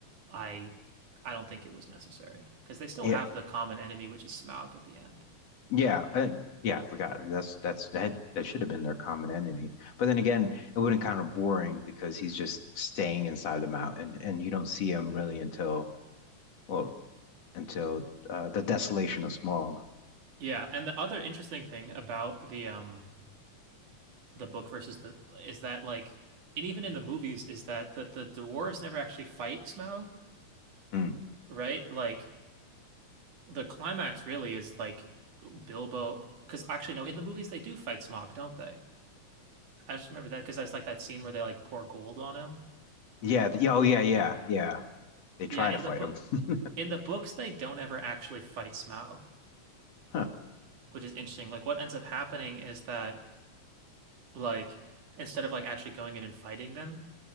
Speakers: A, on the right (about 85°); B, on the left (about 60°).
A: I I don't think it was necessary because they still
B: Yeah,
A: have the common enemy, which is Smaug at the end.
B: yeah, uh, yeah, I forgot. That's that's that that should have been their common enemy. But then again, it wouldn't kind of boring because he's just staying inside the mountain and you don't see him really until well until uh, the desolation of Smaug.
A: Yeah, and the other interesting thing about the um the book versus the is that like and even in the movies is that the the dwarves never actually fight Smaug,
B: Mm.
A: right? Like the climax really is like Bilbo, because actually no, in the movies they do fight Smog, don't they? I just remember that because I was like that scene where they like pour gold on him.
B: Yeah. th- Yeah. Oh, yeah. Yeah. Yeah. They try
A: Yeah, in
B: to fight
A: the book,
B: him. <laughs>
A: in the books they don't ever actually fight Smaug,
B: Huh.
A: which is interesting. Like what ends up happening is that like instead of like actually going in and fighting them,